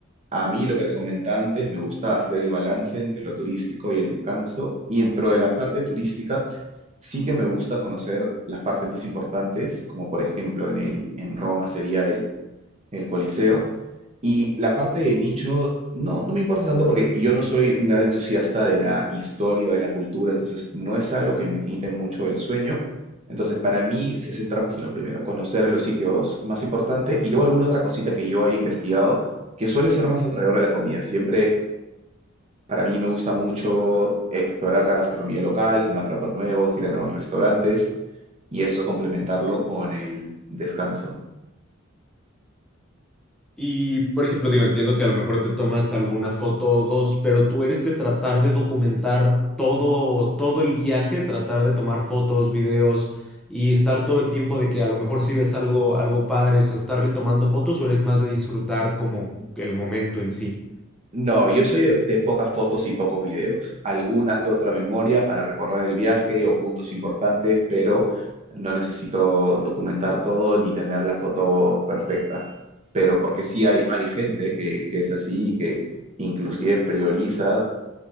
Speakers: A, on the right; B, in the centre.
A: a mí lo que te comentaba antes, me gusta hacer el balance entre lo turístico y el descanso. Y dentro de la parte turística, sí que me gusta conocer las partes más importantes, como por ejemplo en, el, en Roma sería el, el Coliseo Y la parte de nicho no, no me importa tanto porque yo no soy un gran entusiasta de la historia, de la cultura, entonces no es algo que me quite mucho el sueño. Entonces para mí se centra más en lo primero, conocer los sitios más importantes y luego alguna otra cosita que yo he investigado, que suele ser más alrededor de la comida. Siempre para mí me gusta mucho explorar la gastronomía local, comer platos nuevos, ir a nuevos restaurantes y eso complementarlo con el descanso.
B: Y, por ejemplo, digo, entiendo que a lo mejor te tomas alguna foto o dos, pero tú eres de tratar de documentar todo, todo el viaje, tratar de tomar fotos, videos y estar todo el tiempo de que a lo mejor si ves algo, algo padre, o sea, estarle tomando fotos o eres más de disfrutar como el momento en sí.
A: No, yo soy de, de pocas fotos y pocos videos. Alguna que otra memoria para recordar el viaje o puntos importantes, pero no necesito documentar todo ni tener la foto perfecta. Pero porque sí hay, hay gente que, que es así y que inclusive prioriza